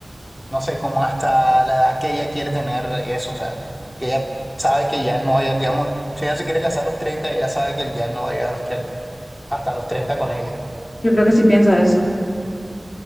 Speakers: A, on the left; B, on the left.
A: no sé, como hasta la edad que ella quiere tener eso. O sea, que ella sabe que ya no va a llegar, digamos, si ella se quiere casar a los treinta ella sabe que ya no va a llegar a los 30 hasta los treinta con ella.
B: Yo creo que sí piensa eso.